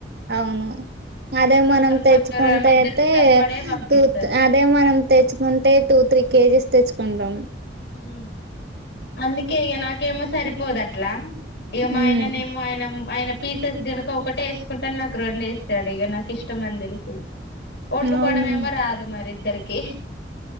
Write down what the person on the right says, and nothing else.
అవును అదే మనం తెచ్చుకుంటే
అయితే
టూత్ అదే మనం తెచ్చుకుంటే టూ త్రీ కేజీస్ తెచ్చుకుంటాం
ఉమ్
అవునా